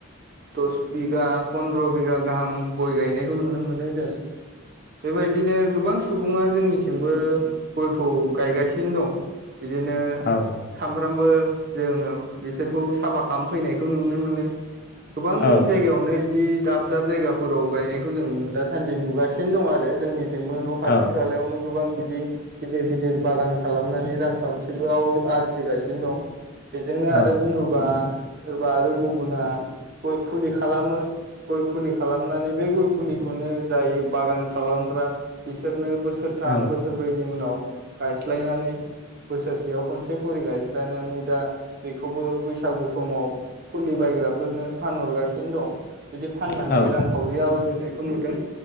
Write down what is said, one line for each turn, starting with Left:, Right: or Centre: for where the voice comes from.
Right: दस बिगा फन्द्र' बिगा गाहाम गय गायनायखौ नुनो मोन्दों जों। बेबायदिनो गोबां सुबुङा जोंनिथिंबो गयखौ गायगासिनो दं। बिदिनो
Left: औ
Right: सानफ्रामबो जोङो बिसोरखौ साफा खामफैनायखौ नुनो मोनो। गोबां
Left: औ
Right: जायगायावनो इदि दाब दाब जायगाफोराव गायनायखौ जों दासान्दि नुगासिनो दं आरो जोंनि थिंबो न'
Left: औ
Right: खाथि खालायावनो गोबां बिदि गिदिर गिदिर बागान खालामनानै रांखान्थिबोआव आरजिगासिनो दं। बेजोंनो
Left: औ
Right: आरो बुङोबा सोरबा आरो गुबुना गय फुलि खालामो। गय फुलि खालामनानै बे गय फुलिखौनो जाय बागान खालामग्रा बिसोरनो बोसोर थाम
Left: औ
Right: बोसोरब्रैनि उनाव गायस्लायनानै बोसोरसेयाव खनसे खरि गायस्लायनानै दा बेखौबो बैसागु समाव फुलि बायग्राफोरनो फानहरगासिनो दं। बिदि फाननानै
Left: औ
Right: रांखावरि आवज्रिनायखौ नुदों।